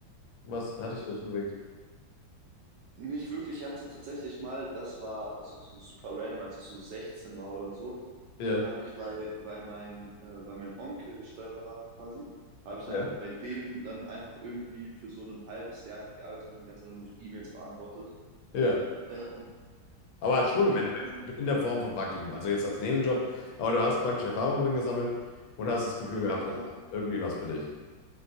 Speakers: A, on the left (about 80°); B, on the right (about 70°).
A: was
B: ja.
A: hat dich dazu bewegt?
B: Nicht wirklich. Ich hatte tatsächlich mal, das war also so super random, als ich so 16 war oder so,
A: Ja,
B: habe ich, weil, weil, mein, äh, weil mein Onkel Steuerberater quasi, habe ich dann
A: ja,
B: einfach bei dem dann einfach irgendwie für so ein halbes Jahr einfach gearbeitet und die ganze Zeit nur so E-Mails beantwortet.
A: ja.
B: Ähm,
A: Aber schon
B: ja,
A: im Endeffekt
B: und
A: in der Form von Praktikum. Also jetzt als Nebenjob. Aber du hast praktisch Erfahrung drin gesammelt und hast das Gefühl gehabt,
B: Ja,
A: das ist irgendwie was für dich.